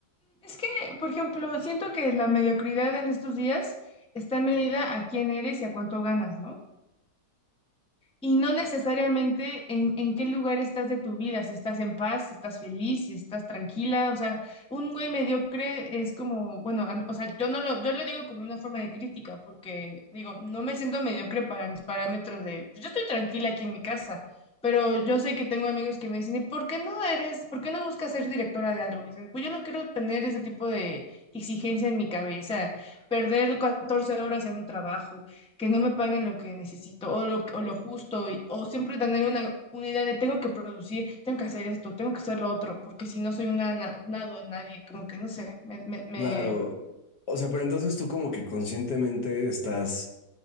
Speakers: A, in the centre; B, on the left.
A: es que, por ejemplo, siento que la mediocridad en estos días está medida a quién eres y a cuánto ganas, ¿no? Y no necesariamente en, en qué lugar estás de tu vida, si estás en paz, si estás feliz, si estás tranquila. O sea, un güey mediocre es como, bueno, a o sea, yo no lo, yo lo digo como una forma de crítica, porque digo, no me siento mediocre para mis parámetros de, pues, yo estoy tranquila aquí en mi casa, pero yo sé que tengo amigos que me dicen, ¿y por qué no eres, por qué no buscas ser directora de algo? Y dice, pues yo no quiero tener ese tipo de exigencia en mi cabeza, perder 14 horas en un trabajo que no me paguen lo que necesito o lo, o lo justo, y- o siempre tener una, una idea de tengo que producir, tengo que hacer esto, tengo que hacer lo otro, porque si no soy una, na- una don nadie, como que no sé, me, me, me-
B: Claro. O sea, pero entonces tú como que conscientemente estás,